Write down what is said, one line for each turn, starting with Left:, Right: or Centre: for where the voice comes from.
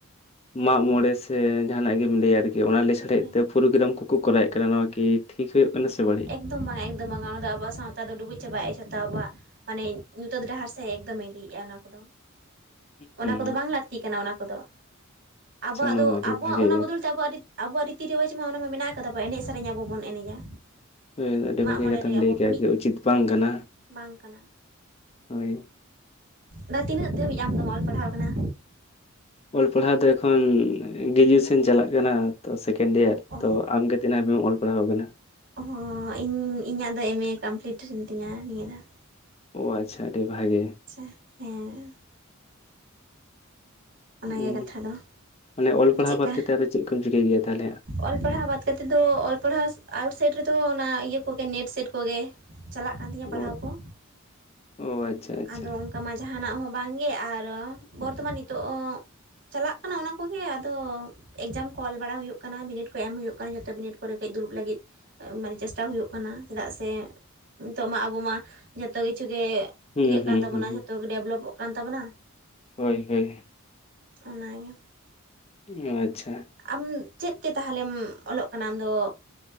Left: ᱢᱟᱜ ᱢᱚᱬᱮ ᱥᱮ ᱡᱟᱦᱟᱱᱟᱜ ᱜᱮᱢ ᱞᱟᱹᱭᱟ᱾ ᱜᱮ ᱚᱱᱟ ᱞᱮᱥᱟᱲ ᱦᱮᱡ
Right: ᱦᱮᱸ
Left: ᱛᱮ ᱯᱨᱳᱜᱨᱟᱢ ᱠᱚᱠᱚ ᱠᱚᱨᱟᱣᱮᱫ ᱠᱟᱱᱟ᱾ ᱱᱚᱣᱟ ᱠᱤ ᱴᱷᱤᱠ ᱦᱩᱭᱩᱜ ᱠᱟᱱᱟ ᱥᱮ ᱵᱟᱹᱲᱤᱡ?
Right: ᱮᱠᱫᱚᱢ ᱵᱟᱝ-ᱟ ᱮᱠᱫᱚᱢ ᱵᱟᱝ-ᱟ, ᱚᱱᱟ ᱫᱚ ᱟᱵᱚᱣᱟᱜ ᱥᱟᱶᱛᱟ ᱫᱚ ᱰᱩᱵᱩᱡ ᱪᱟᱵᱟᱭᱮᱜ-ᱟ, ᱡᱷᱚᱛᱚ ᱟᱵᱚᱣᱟᱜ ᱢᱟᱱᱮ ᱧᱩᱛᱟᱹᱛ ᱰᱟᱦᱟᱨ ᱥᱮᱫ ᱮᱠᱫᱚᱢᱮ ᱤᱫᱤᱭᱮᱫ-ᱟ ᱚᱱᱟ ᱠᱚᱫᱚ᱾
Left: ᱦᱩᱸ
Right: ᱚᱱᱟ ᱠᱚᱫᱚ ᱵᱟᱝ ᱞᱟᱹᱠᱛᱤ ᱠᱟᱱᱟ ᱚᱱᱟ ᱠᱚᱫᱚ᱾ ᱟᱵᱚᱣᱟᱜ
Left: ᱟᱪᱪᱷᱟ ᱱᱚᱣᱟ
Right: ᱫᱚ
Left: ᱟᱹᱰᱤ
Right: ᱟᱵᱚᱣᱟᱜ
Left: ᱵᱷᱟᱜᱮ
Right: ᱚᱱᱟ ᱵᱚᱫᱚᱞ ᱛᱮ ᱟᱵᱚᱣᱟᱜ ᱨᱤᱛ ᱟᱵᱚᱣᱟᱜ ᱨᱤᱛᱤ ᱨᱮ ᱱᱚᱜ-ᱚᱭ ᱡᱮ ᱢᱟ ᱚᱱᱟᱢᱟ ᱢᱮᱱᱟᱜ ᱠᱟᱫᱟ ᱵᱚ ᱮᱱᱮᱡ ᱥᱮᱨᱮᱸᱧ ᱟᱵᱚ ᱵᱚᱱ ᱮᱱᱮᱡᱟ᱾
Left: ᱦᱳᱭ ᱟᱹᱰᱤ
Right: ᱢᱟᱜ
Left: ᱵᱷᱟᱜᱤ
Right: ᱢᱚᱬᱮ
Left: ᱠᱟᱛᱷᱟᱢ
Right: ᱨᱮ ᱟᱵᱚ
Left: ᱞᱟᱹᱭ ᱠᱮᱜ-ᱟ᱾
Right: ᱢᱤᱫ
Left: ᱡᱮ ᱩᱪᱤᱛ ᱵᱟᱝ ᱠᱟᱱᱟ᱾
Right: ᱵᱟᱝ ᱠᱟᱱᱟ
Left: ᱦᱳᱭ
Right: ᱫᱟ ᱛᱤᱱᱟᱹᱜ ᱫᱷᱟᱹᱵᱤᱡ ᱟᱢᱫᱢ ᱚᱞ ᱯᱟᱲᱦᱟᱣ ᱠᱟᱱᱟ?
Left: ᱚᱞ ᱯᱟᱲᱦᱟᱣ ᱫᱚ ᱮᱠᱷᱚᱱ, ᱜᱨᱮᱡᱩᱭᱮᱥᱚᱱ ᱪᱟᱞᱟᱜ ᱠᱟᱱᱟ ᱛᱚ ᱥᱮᱠᱮᱱᱰ ᱤᱭᱟᱨ᱾
Right: ᱚ
Left: ᱛᱚ ᱟᱢᱜᱮ ᱛᱤᱱᱟᱹᱜ ᱦᱟᱹᱵᱮᱢ ᱚᱞ ᱯᱟᱲᱦᱟᱣ ᱟᱠᱟᱱᱟ?
Right: ᱦᱚᱸ ᱤᱧ ᱤᱧᱟᱹᱜ ᱫᱚ ᱮᱢ ᱮ ᱠᱚᱢᱯᱞᱤᱴ ᱮᱱ ᱛᱤᱧᱟᱹ ᱱᱤᱭᱟᱹ ᱫᱷᱟᱣ᱾
Left: ᱚ ᱟᱪᱪᱷᱟ ᱟᱹᱰᱤ ᱵᱷᱟᱜᱮ᱾
Right: ᱟᱪᱪᱷᱟ ᱦᱮᱸ᱾ ᱚᱱᱟᱜᱮ
Left: ᱦᱩᱸ,
Right: ᱠᱟᱛᱷᱟ ᱫᱚ
Left: ᱢᱟᱱᱮ ᱚᱞ
Right: ᱟᱫᱚ
Left: ᱯᱟᱲᱦᱟᱣ
Right: ᱪᱮᱫᱠᱟ
Left: ᱵᱟᱫ ᱠᱟᱛᱮᱜ ᱟᱫᱚ ᱪᱮᱫ ᱠᱚᱢ ᱪᱤᱠᱟᱹᱭ ᱜᱮᱭᱟ ᱛᱟᱦᱚᱸᱞᱮ?
Right: ᱚᱞ ᱯᱟᱲᱦᱟᱣ ᱵᱟᱫ ᱠᱟᱛᱮᱫ ᱫᱚ ᱚᱞ ᱯᱟᱲᱦᱟᱣ ᱟᱣᱩᱴᱥᱟᱭᱤᱰ ᱨᱮᱫᱚ ᱚᱱᱟ ᱤᱭᱟᱹ ᱠᱚᱜᱮ ᱱᱮᱴ ᱥᱮᱴ ᱠᱚᱜᱮ᱾ ᱪᱟᱞᱟᱜ ᱠᱟᱱ ᱛᱤᱧᱟ
Left: ᱚ
Right: ᱯᱟᱲᱦᱟᱣ ᱠᱚ᱾
Left: ᱚ ᱟᱪᱪᱷᱟ ᱟᱪᱪᱷᱟ
Right: ᱟᱫᱚ ᱠᱟᱢᱟ ᱡᱟᱦᱟᱸᱱᱟᱜ ᱦᱚᱸ ᱵᱟᱝᱜᱮ, ᱟᱨ ᱵᱚᱨᱛᱚᱢᱟᱱ ᱱᱤᱛᱚᱜ ᱚ ᱪᱟᱞᱟᱜ ᱠᱟᱱᱟ ᱚᱱᱟ ᱠᱚᱜᱮ ᱟᱫᱚ, ᱮᱠᱡᱟᱢ ᱠᱚ ᱚᱞ ᱵᱟᱲᱟ ᱦᱩᱭᱩᱜ ᱠᱟᱱᱟ, ᱵᱤᱱᱤᱰ ᱠᱚ ᱮᱢ ᱦᱩᱭᱩᱜ ᱠᱟᱱᱟ ᱡᱷᱚᱛ ᱵᱤᱱᱤᱰ ᱠᱚᱨᱮ ᱠᱟᱹᱡ ᱫᱩᱲᱩᱵ ᱞᱟᱹᱜᱤᱫ ᱾ ᱢᱟᱱᱮ ᱪᱮᱥᱴᱟ ᱦᱩᱭᱩᱜ ᱠᱟᱱᱟ ᱪᱮᱫᱟᱜ ᱥᱮᱼᱼ ᱱᱤᱛᱚᱜ ᱢᱟ ᱟᱵᱚ ᱢᱟ ᱡᱚᱛᱚ ᱠᱤᱪᱷᱩᱜᱮ
Left: ᱦᱩᱸ
Right: ᱤᱭᱟᱹᱜ ᱠᱟᱱ
Left: ᱦᱩᱸ
Right: ᱛᱟᱵᱚᱱᱟ
Left: ᱦᱩᱸ ᱦᱩᱸ,
Right: ᱡᱷᱚᱛᱚᱜᱮ ᱰᱮᱵᱷᱞᱚᱯᱚᱜ ᱠᱟᱱ ᱛᱟᱵᱚᱱᱟ ᱾
Left: ᱦᱳᱭ ᱦᱳᱭ,
Right: ᱚᱱᱟᱜᱮ ᱾
Left: ᱟᱪᱪᱷᱟ ᱾
Right: ᱟᱢ ᱪᱮᱫ ᱛᱮ ᱛᱟᱦᱚᱞᱮᱢ ᱚᱞᱚᱜ ᱠᱟᱱᱟᱢ ᱟᱢᱫᱚ?